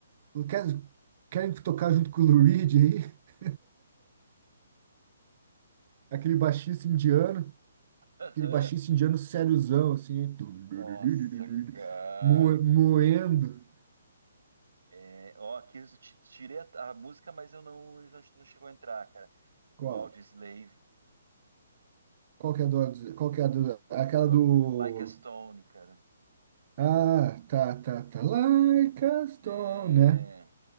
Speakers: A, on the right; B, on the right.
A: falou, "Quer- querem tocar junto com o Lou Reed aí? <laughs> Aquele baixista indiano,
B: Aham.
A: aquele baixista indiano sériozão, assim, hein? Tum,
B: Nossa,
A: du, du, du, du, du,
B: cara,
A: du, moe-
B: que
A: moendo.
B: é, ó, aqui eu ti- tirei a, a música, mas eu não, eles não, não chegou a entrar, cara. Do
A: Qual?
B: Audioslave,
A: Qual que é a do, qual que é a do, aquela
B: do
A: do...
B: Like a Stone, cara.
A: Ah, tá, tá, tá, like a stone,
B: É,
A: né?